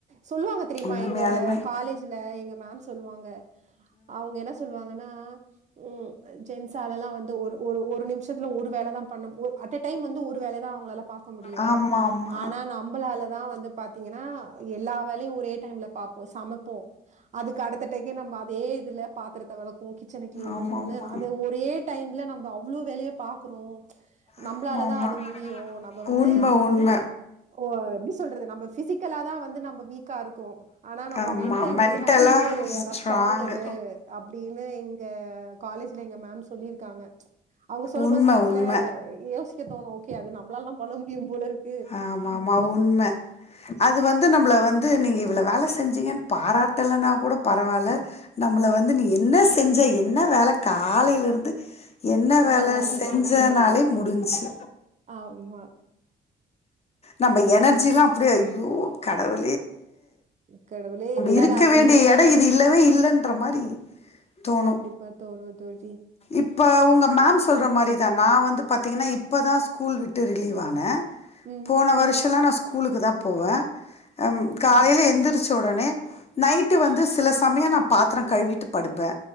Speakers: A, on the right; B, on the left.
A: சொல்லுவாங்க தெரியுமா
B: உண்மையாலுமே
A: எங்க காலேஜ்ல எங்க மேம் சொல்லுவாங்க அவுங்க என்ன சொல்லுவாங்கன்னா உம் அஹ் ஜென்ஸ் ஆளெல்லா வந்து ஒரு ஒரு ஒரு நிமிஷத்துல ஒரு வேல தா பண்ணும் ஒரு அட்ட டைம்ல வந்து ஒரு வேல தா அவங்களால பாக்க முடியும்
B: ஆ ஆமாமா
A: ஆனா நம்மளால தா வந்து பாத்தீங்கன்னா எல்லா வேலையு ஒரே டைம்ல சமைப்போம் அதுக்கு அடுத்த டேக்கே நம்ம அதே இதுல பாத்திரத் த்த வெளக்குவோ கிச் ச்சன கிளீன்
B: ஆமா
A: பண்ணுவோனு
B: ஆமா
A: அத ஒரே டைம்ல நம்ம அவ்வளோ வேலைய பாக்குறோம் நம்மளாலதா
B: ஆமா ஆமா
A: அது முடியு நம்ம வந்து
B: உண்ம உண்ம
A: ஓ எப்டி சொல்றது நம்ம பிசிக்கலா தா வந்து நம்ம வீக்கா இருக்கோ ஆனா நம்ம
B: ஆமா
A: மென்டல்
B: மென்டலா
A: வந்து நம்ம வந்து
B: ஸ்ட்ராங்கு
A: ஸ்ட்ராங்கரு அப்படின்னு எங்க காலேஜ்ல எங்க மேம் சொல்லியிருக்காங்க அவுங்க சொல்லும்
B: உண்ம
A: போது சில நேத்துல
B: உண்ம
A: யோசிக்க தோணும் ஓகே அது நம்மளாலல்லா பண்ண முடியு போல இருக்
B: ஆமா ஆமா உண்ம அது வந்து நம்மள வந்து நீங்க இவ்வளோ வேல செஞ்சிங்கன்னு பாராட்டலன்னா கூட பரவால்ல நம்மள வந்து நீ என்ன செஞ்ச என்ன வேல காலயில இருந்து என்ன
A: சும்மா
B: வேல
A: தான் இருந்திருக்கேன்.
B: செஞ்சனாலே முடிஞ்சு
A: ஆமா.
B: நம்ம எனர்ஜி எல்லா அப்படியே ஐயோ கடவு
A: கடவுளே என்னடா
B: இருக்க
A: இது
B: வேண்டிய எடோ இது இல்லவே இல்லன்ற மாரி தோணு
A: கண்டிப்பா தோணும் தோழி.
B: இப்ப உங்க மேம் சொல்ற மாரி தான் நா வந்து பாத்தீங்கன்னா இப்போ தா ஸ்கூல் விட்டு ரிலீவ் ஆனே
A: ம்.
B: போன வருஷம்லா நா ஸ்கூ கூலுக்கு தா போவே ஹம் காலையில
A: ம்.
B: எந்திருச்சு உடனே நைட்டு வந்து சில சமயம் நா பாத்திர கழுவிட்டு படுப்பே